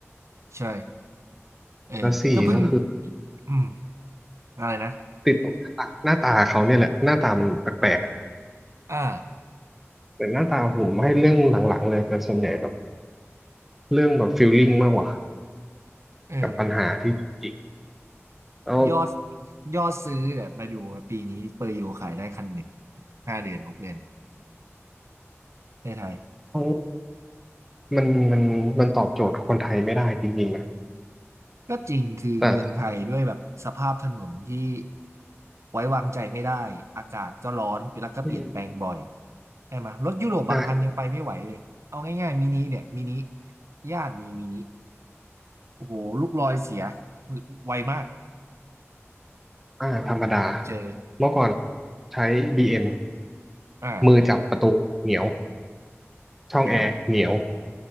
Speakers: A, on the right (about 70°); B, in the centre.
A: ใช่เออก็เพิ่ง
B: แล้วสี่ก็คือ
A: อืมอะไรนะ
B: ติดตรงหน้าตาหน้าตาเขาเนี่ยแหละหน้าตามันแปลกๆอะ
A: อ่า
B: แต่หน้าตาผมให้เรื่องหลังๆเลยเป็นส่วนใหญ่แบบเรื่องแบบฟีลลิ่งมากกว่า
A: เออ
B: กับปัญหาที่จุกจิกแล้ว
A: ยอดยอดซื้อเนี่ยมาดูปีนี้เปอร์โยขายได้คันหนึ่งห้าเดือนหกเดือน <laughs> ในไทย
B: เขามันมันมันตอบโจทย์คนไทยไม่ได้จริงๆนะ
A: ก็จริงคือเมืองไทยด้วยแบบสภาพถนนที่
B: แต่
A: ไว้วางใจไม่ได้อากาศก็ร้อนแล้วก็เปลี่ยนแปลงบ่อย
B: อืม
A: ใช่ไหมรถยุโรปบางคันยังไปไม่ไหวเลยเอาง่ายๆมินิเนี่ยมินิ
B: ใช่
A: ญาติมีมินิโอ้โหลูกลอยเสียไวมาก
B: อ่าธรรมดา
A: เจอ
B: เมื่อก่อนใช้ BM ม
A: อ่า
B: มือจับประตูเหนียวช่องแอร์เหนียว
A: เหนี่ยว